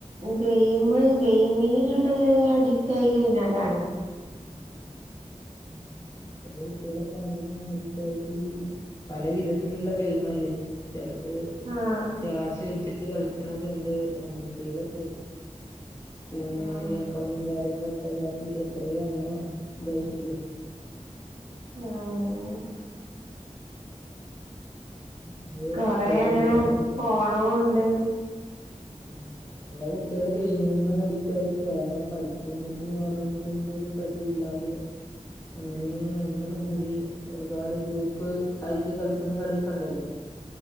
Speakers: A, on the right; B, on the left.
A: ഗെയിമ്, ഗെയിമിന് ഇങ്ങട്ട് അഡിക്റ്റ് ആയി കഴിഞ്ഞാലാണ്.
B: ആഹ് ഉം ഇപ്പത്തെ കുട്ടികളൊക്കെ അങ്ങനെ അഡിക്റ്റായി കഴിഞ്ഞ് പല വിധത്തിലുള്ള ഗെയിമല്ലേ? ചെലത്
A: ആഹ്
B: ക്യാഷ് വെച്ചിട്ട് കളിക്കണതുണ്ട്. ആഹ് എന്തേലൊക്കെ പിന്നെ
A: ആഹ്
B: ഈ എക്കൗണ്ടും കാര്യങ്ങളൊക്കെ ഇതാക്കിട്ട് എത്രയോ അങ്ങനെ ഇതായിട്ടില്ലേ?
A: ആഹ് ആഹ്
B: അതേ
A: കൊറേ
B: ഇതോലുണ്ട്
A: അങ്ങനെ
B: ചെല
A: പോണോ ഒണ്ട്
B: ഉം ചെല കുട്ടികള് ഗെയിമിന്ന് അഡിക്റ്റായിട്ട് വേറെ പഠിപ്പുമ്മ്ക്കും വേറെന്നക്കും ഒന്നോരു ശ്രദ്ധയില്ലാതെ അങ്ങനെ അയ്മകൂടി ഒരുപാട് ഗ്രൂപ്പ് ആയിട്ട് കളിച്ചണ കളിയൊക്കേണ്ടല്ലോ